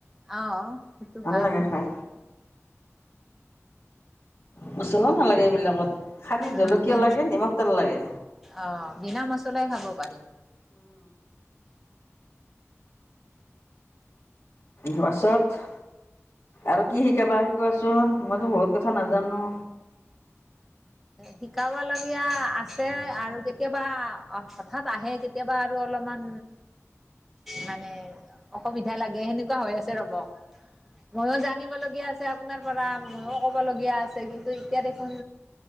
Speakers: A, in the centre; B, on the left.
A: অ সেইটো ভাল।
B: লাগে খাই মচলা নালাগে এইবিলাকত। খালি জলকীয়া
A: উ বি
B: লাগে নিমখ তেল লাগে।
A: আহ বিনা মচলাই খাব পাৰি।
B: গছত আৰু কি শিকাবা শিকোৱাচোন মইতো বহুত কথা নাজানো।
A: শিকাবলগীয়া আছ তে আৰু কেতিয়াবা হঠাৎ আহে কেতিয়াবা আৰু অলপমান মানে অসুবিধা লাগে সেনেকুৱা হৈ আছে ৰব। ময়ো জানিবলগীয়া আছে আপোনাৰ পৰা ময়ো ক'বলগীয়া আছে। কিন্তু এতিয়া দেখোন